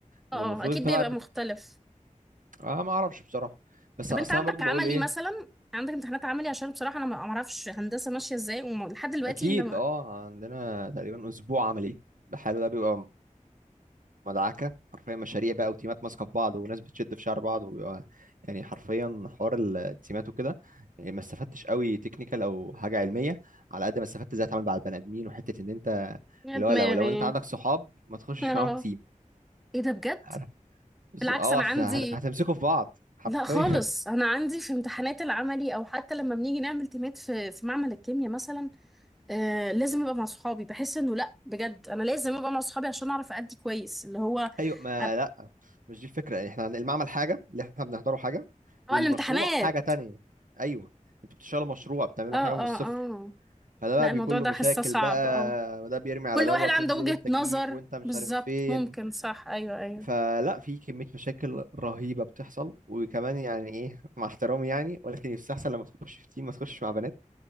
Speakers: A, in the centre; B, on the right.
A: اه
B: والمفروض
A: اه اكيد
B: انت بقى
A: بيبقى
B: بت...
A: مختلف
B: اه ما اعرفش بصراحه بس
A: طب
B: اصل
A: انت عندك
B: انا برضو
A: عملي
B: بقول ايه
A: مثلا عندك امتحانات عملي عشان بصراحة انا ما ما اعرفش هندسة ماشية ازاي ولحد دلوقتي
B: اكيد
A: انت ما
B: اه عندنا تقريبا اسبوع عملي بحاله ده بيبقى مدعكه حرفيا مشاريع بقى وتيمات ماسكه في بعض وناس بتشد في شعر بعض وبيبقى يعني حرفيا حوار التيمات وكده يعني ما استفدتش قوي تكنيكال او حاجه علميه على قد ما استفدت ازاي اتعامل مع البني ادمين وحته ان انت
A: يا
B: اللي
A: دماغي
B: هو لو لو انت عندك
A: <laughs>
B: صحاب ما تخشش
A: اه
B: معاهم تيم
A: ايه ده بجد
B: عارف بز-
A: بالعكس
B: اه
A: انا
B: عشان
A: عندي
B: هت- هتمسكوا في بعض حرفيا
A: لا خالص
B: <laughs>
A: انا عندي في امتحانات العملي او حتى لما بنيجي نعمل تيمات في في معمل الكيمياء مثلا آه لازم ابقى مع صحابي بحس انه لا بجد انا لازم ابقى مع صحابي عشان اعرف ادي كويس اللي هو
B: ايوه ما
A: اه
B: لا مش دي الفكره يعني احنا عن- المعمل حاجه اللي احنا بنحضره حاجه والمشروع
A: الامتحانات
B: حاجه تانية ايوه انتوا بتشتغلوا مشروع بتعملوا
A: اه اه
B: حاجه من الصفر
A: اه
B: فده بقى
A: لا
B: بيكون
A: الموضوع ده
B: له مشاكل
A: حاسه صعب
B: بقى
A: اه
B: وده بيرمي على
A: كل
B: دوت
A: واحد عنده
B: وانزل
A: وجهة
B: انت جيب
A: نظر
B: وانت مش
A: بالظبط
B: عارف فين
A: ممكن صح ايوه ايوه
B: فلا في كمية مشاكل رهيبة بتحصل وكمان يعني ايه مع احترامي يعني ولكن يستحسن لما تخش في تيم ما تخش مع بنات